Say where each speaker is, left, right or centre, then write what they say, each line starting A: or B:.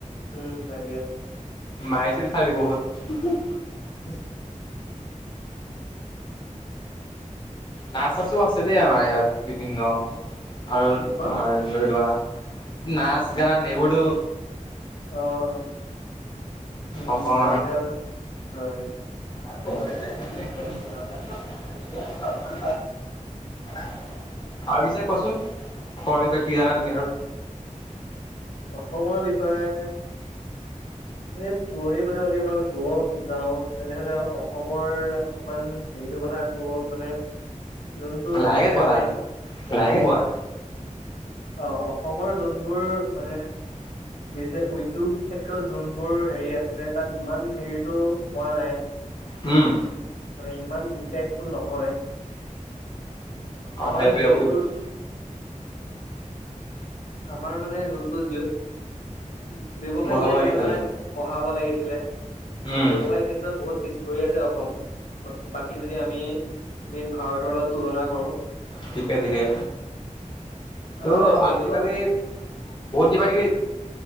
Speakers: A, on the left (about 70°); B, on the left (about 35°).
A: উম, তাকে।
B: মাৰিছিল খালি বহুত।
A: উম।
B: নাচ চাচো আছে দেই আমাৰ ইয়াত বিভিন্ন। আৰু
A: কি কোৱা
B: তোমাৰ ধৰি লোৱা নাচ গান এইবোৰটো
A: অ', অ' উম
B: অসম
A: নাচ গান হয়।
B: াতলে একদম চা ফালমান <unintelligible> আৰু পিছে কোচোন অসমৰ বিষয়ে কি জানা তুমি আৰু?
A: অসমৰ বিষয়ে এনে পুৰণি কথা যদি অকণমান ক'ব যাওঁ তেনেহ'লে অসমৰ অকমান হেৰিটো কথা ক'ব মানে যোনটো
B: লাহেকে
A: বিজনেচ
B: কোৱা
A: মাইণ্ড
B: লাহেকে কোৱা।
A: অ', অসমৰ যোনবোৰ মানে বিজনে উদ্যোগ ক্ষেত্ৰত যোনবোৰ হেৰি আছিলে তাত ইমান হেৰিতটো পোৱা নাই।
B: ব <unintelligible> উম।
A: মানে ইমান ইমপেক্টফুল নহয়।
B: অ',
A: আমাৰ
B: সেইটোৱে
A: হেৰিটো
B: উদ্যোগ
A: আমাৰ মানে যোনটো জিঅ' ব্যৱসায়
B: বঢ়াব
A: ইয়াত
B: লাগে
A: ইমান
B: খালি
A: মানে বঢ়াব লাগিছিলে,
B: উম
A: ব্যৱসায় ক্ষেত্ৰত বহুত পিছ পৰি আছে অসম। বাকী যদি আমি মেইন ভাৰতৰ লগত তুলনা কৰো।
B: ঠিকে ঠিকে। ত'
A: আমাৰ হেৰিটো
B: আজিকালি বহুত কিবাকিবি